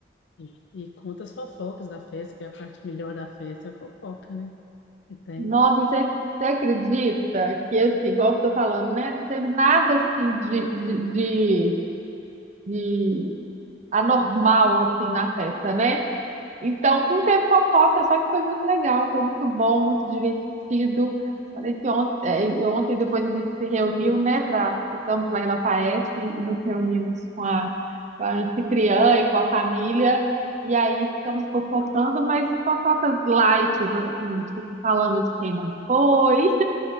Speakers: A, on the left (about 85°); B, on the right (about 40°).
A: E, e conta as fofocas da festa, que é a parte melhor da festa, é a fofoca, né? Que tem.
B: Nossa, e você você acredita que, assim, igual eu tô falando, né? Não teve nada, assim, de, de, de, de anormal, assim, na festa, né? Então, não teve fofoca, só que foi muito legal, foi muito bom, muito divertido. Parece que ontem, é, e ontem depois a gente se reuniu, né, para ficamos lá em Lafayette e nos reunimos com a, com a anfitriã e com a família. E aí ficamos fofocando, mas fofocas light, assim, tipo, falando de quem mais foi,